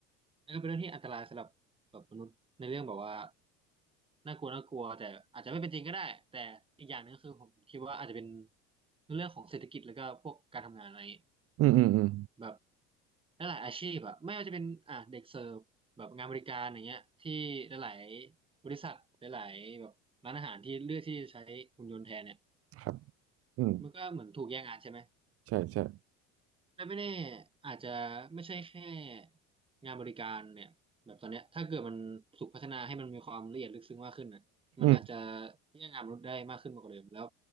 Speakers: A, on the right; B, on the right.
A: นั่นก็เป็นเรื่องที่อันตรายสำหรับแบบมนุษย์ในเรื่องแบบว่าน่ากลัวน่ากลัวแต่อาจจะไม่เป็นจริงก็ได้แต่อีกอย่างหนึงคือผมคิดว่าอาจจะเป็นเรื่องของเศรษฐกิจแล้วก็พวกการทำงานอะไร
B: อืมอืมอืม
A: แบบหลายๆอาชีพอะไม่ว่าจะเป็นอ่ะเด็กเสิร์ฟแบบงานบริการอย่างเงี้ยที่หลายๆบริษัทหลายๆแบบร้านอาหารที่เลือกที่จะใช้หุ่นยนต์แทนเนี่ย
B: ครับอืม
A: มันก็เหมือนถูกแย่งงานใช่ไหม
B: ใช่ใช่
A: และไม่แน่อาจจะไม่ใช่แค่งานบริการเนี่ยแบบตอนเนี้ยถ้าเกิดมันถูกพัฒนาให้มันมีความละเอียดลึกซึ้งมากขึ้นนะมันอาจจะ
B: อืม
A: แย่งงานมนุษย์ได้มากขึ้นมากกว่าเดิมแล้ว